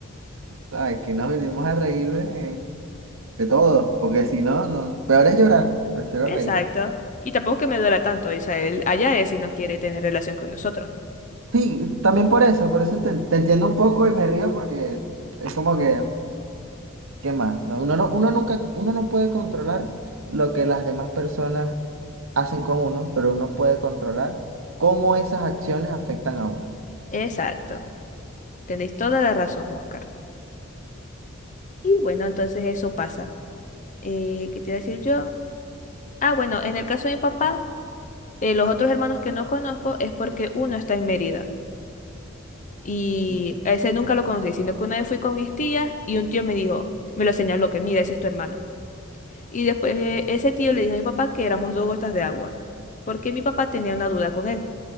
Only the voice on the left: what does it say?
Exacto.
Y tampoco es que me duela tanto, o sea, él allá es si no quiere tener relación con nosotros.
Exacto. Tenéis toda la razón, Oscar. Y bueno, entonces eso pasa. Eh, ¿qué te iba a decir yo? Ah, bueno, en el caso de mi papá. Eh, los otros hermanos que no conozco es porque uno está en Mérida y
a ese nunca lo conocí, sino que una vez fui con mis tías y un tío me dijo, me lo señaló, que mira, ese es tu hermano. Y después eh, ese tío le dijo a mi papá que éramos dos gotas de agua, porque mi papá tenía una duda con él,